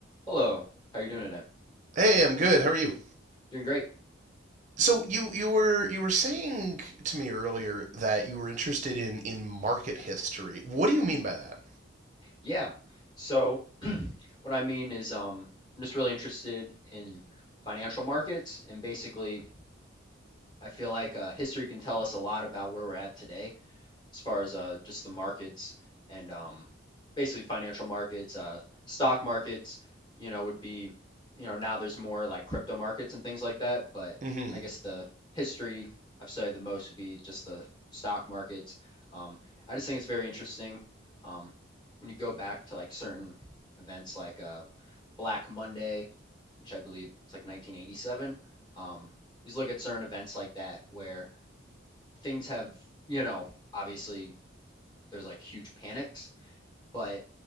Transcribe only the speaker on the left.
Hello, how you doing today?
Doing great.
Yeah. So what I mean is um I'm just really interested in financial markets and basically I feel like uh, history can tell us a lot about where we're at today as far as uh, just the markets and um, basically financial markets, uh, stock markets, you know, would be, you know, now there's more like crypto markets and things like that. But
I guess the history I've studied the most would be just the stock markets. Um, I just think it's very interesting um, when you go back to like certain events like uh, Black Monday, which I believe it's like 1987. Um, you just look at certain events like that where things have, you know, obviously there's like huge panics, but